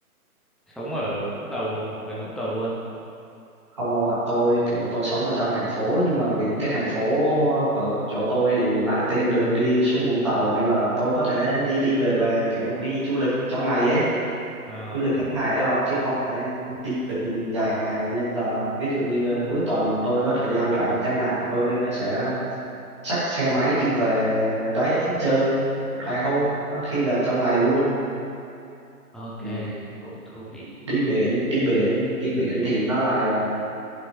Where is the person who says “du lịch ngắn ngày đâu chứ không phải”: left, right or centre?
Right